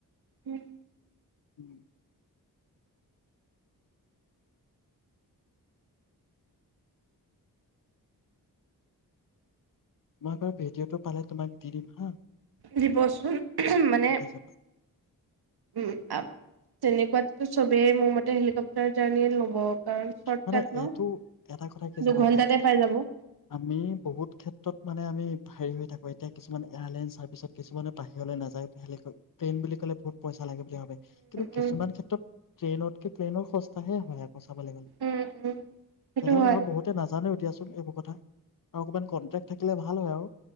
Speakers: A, on the right; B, on the left.
A: উম
B: উম মইাৰ ভিডিঅ'টো পালে তোমাক দি দিম হা
A: দিবচোন মানে
B: ঠিক আছে
A: উ তেনেক কাততো চবেই মোৰ মতে হেলিকপ্টাৰ জাৰ্ণীয়ে ল'ব কাৰণ চৰ্ট
B: মানে
A: কাট ন।
B: এইটো এটা কথা কি জান
A: দুঘন্টাতে
B: নাই
A: পাই যাব উম
B: আমি বহুত ক্ষেত্ৰত মানে আমি হেৰি হৈ থাকো এতিয়া কিছুমান কিছমান এয়াৰাইনছাৰ্ভিচত কিছুমানে বাহিৰলৈ নাযায় তোহলেকে ট্ৰেইন বুলি ক'লে বহুত পইচা লাগে বুলি ভাবে কিন্তু কিছুমান
A: উম
B: ক্ষেত্ৰত ট্ৰন উঠ কে প্লেনৰ সচাে ল
A: উম উম। সেইটো
B: তেনেকা
A: হয়
B: আৰু বহুতে নাজানে উঠয়াছ এইবোৰ কথা আৰু অকমান কন্টেক্ থাকিলে ভাল হয় আৰু